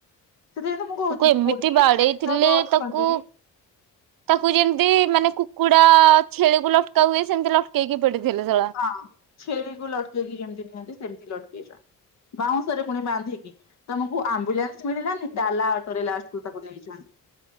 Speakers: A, on the left; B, on the right.
A: ସେଥି ଯାଇତ ମୁଁ କହୁଛି
B: ତାକୁ ଏମିତି
A: ପୋଲିସ
B: ବାଡେଇଥିଲେ
A: ଶାଷକ ଅଛନ୍ତି
B: ତାକୁ ତାକୁ ଯେମିତି ମାନେ କୁକୁଡା ଛେଳିକୁ ଲଟକା ହୁଏ ସେମିତି ଲଟକେଇକି ପଡିଥିଲେ! !!!!!!!!!
A: ହ ଛେଳିକୁ ଲଟକେଇକି ଯେମିତି ନିଅନ୍ତି ସେମିତି ଲଟକେଇ ଚନ୍ତି ବାଉଁଶରେ ପୁଣି ବାନ୍ଧିକି ତମକୁ ଆମ୍ବୁଲାନ୍ସ ମିଳିଲାନି ଡାଲା ଅଟୋରେ ତାକୁ ନେଇଚନ୍ତି।